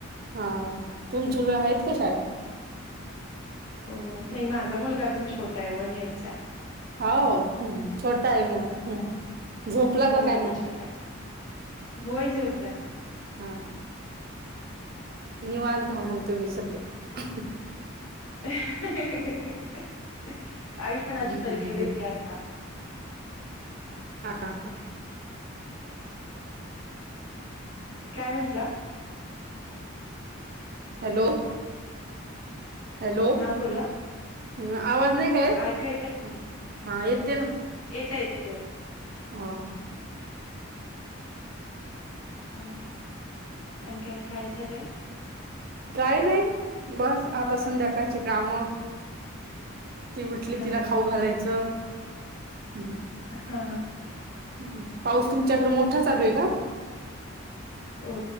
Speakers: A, on the right; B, on the left.
A: हा तुम झुल आहेत का शाळेत
B: हो नाही माझा मुलगा अजून छोटा आहे वन इयरचा
A: ह छोटा आहे मग
B: हा.
A: हम् झोपला
B: होय,
A: का काय
B: होय
A: मग
B: छोटा होय झोपला
A: हा
B: हं.
A: निवांत मग तुम्ही सध्या
B: हंंंंहंं. आई पण
A: हम्म.
B: अशी परीक्षा देते आता
A: हां हां
B: काय म्हणटलं
A: हॅलो हॅलो
B: हा बोला.
A: ह आवाज नाही का येत
B: ऐकू
A: हा येते ना
B: येत येते बोला
A: हो
B: हम् आणिख काय झालं
A: काय नाही बस आता संध्याकाळची काम ती उठली
B: हा,
A: तिला खाऊ घालायचं हं
B: हा
A: ह पाऊस तुमच्याकडे मोठा चालू हे का
B: हो